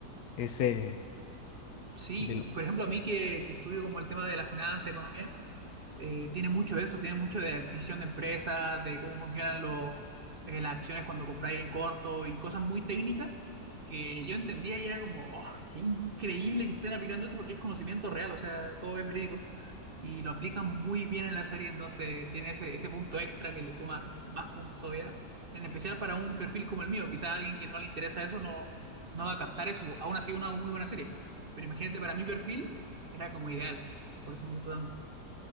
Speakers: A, on the left (about 75°); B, on the right (about 40°).
A: Es, eh,
B: sí,
A: de lo-
B: y por ejemplo a mí que, que estudio como el tema de la finanza, economía, eh, tiene mucho de eso, tiene mucho de adquisición de empresas, de cómo funcionan los eh, las acciones cuando compráis en corto y cosas muy técnicas que yo entendía y era como, oh, qué increíble que estén aplicando esto porque es conocimiento real, o sea, todo es verídico. Y lo aplican muy bien en la serie, entonces tiene ese, ese punto extra que le suma más puntos todavía. En especial para un perfil como el mío, quizás a alguien que no le interesa eso no, no va a captar eso, y aún así una muy buena serie. Pero imagínate, para mi perfil era como ideal, por eso me gustó tanto.